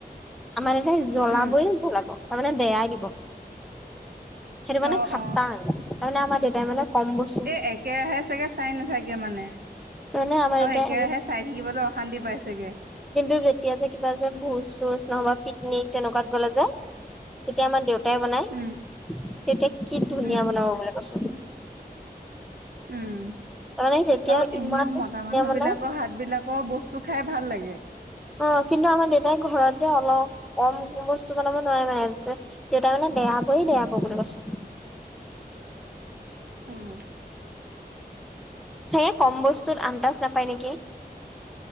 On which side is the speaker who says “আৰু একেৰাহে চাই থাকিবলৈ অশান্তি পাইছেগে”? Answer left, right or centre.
Right